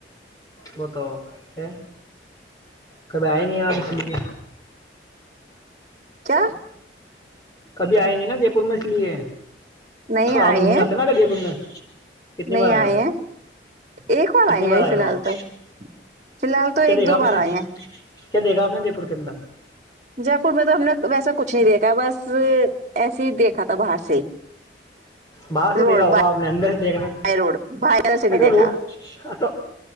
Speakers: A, on the left (about 20°); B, on the right (about 40°).
A: وہ تو ہے کبھی آئے نہیں آپ اس لیے
B: کیا
A: کبھی آئے نہیں نا جے پور میں اس لیے
B: نہیں
A: تو
B: آئے
A: آ گومنے
B: ہیں
A: تھا نا کا جے پور میں کتنی
B: نہیں
A: بار آئے ہو
B: ہیں ایک
A: کتنی
B: ہیں
A: بار
B: ابھی
A: آئے
B: فی
A: ہو
B: الحال
A: آپ
B: تو فی الحال تو
A: کیا
B: ایک
A: دیکھا
B: دو
A: آپ
B: بار
A: نے
B: آئے ہیں
A: کیا دیکھا آپ نے جے پور کے اندر
B: جے پور میں تو ہم نے ویسا کچھ نہیں دیکھا بس ایسے ہی دیکھا تھا باہر سے ہی
A: باہر سے
B: روڈ
A: دیکھا ہوگا آپ نے اندر سے دیکھنا
B: بائی روڈ باہر سے نہیں
A: اگر
B: دیکھا
A: تو